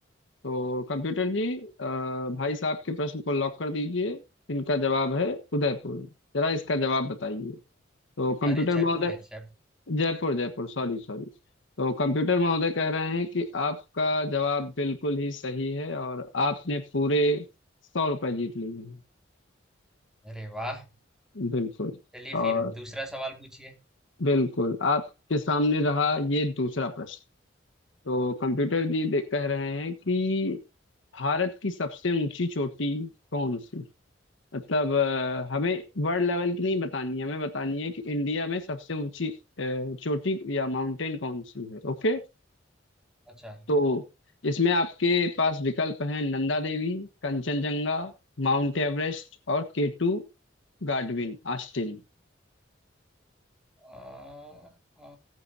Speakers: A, on the left; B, in the centre.
A: तो कंप्यूटर जी अ, भाई साहब के प्रश्न को लॉक कर दीजिए इनका जवाब है उदयपुर जरा इसका जवाब बताइए तो कंप्यूटर
B: अरे जयपुर
A: महोदय
B: है जयपुर
A: जयपुर जयपुर सॉरी सॉरी तो कंप्यूटर महोदय कह रहे हैं कि आपका जवाब बिल्कुल ही सही है और आपने पूरे सौ रुपये जीत लिए हैं
B: अरे वाह
A: बिल्कुल
B: चलिए
A: और
B: फिर दूसरा सवाल पूछिए
A: बिल्कुल आपके सामने रहा ये दूसरा प्रश्न तो कंप्यूटर जी दे- कह रहे हैं कि भारत की सबसे ऊंची चोटी कौन सी मतलब अ, हमें वर्ल्ड लेवल की नहीं बतानी है हमें बतानी है कि इंडिया में सबसे ऊंची अ, चोटी या माउंटेन कौन सी है ओके
B: अच्छा
A: तो इसमें आपके पास विकल्प हैं नंदा देवी कंचनजंगा माउंट एवरेस्ट और केटू गाडविन आस्टिन
B: अ, अ,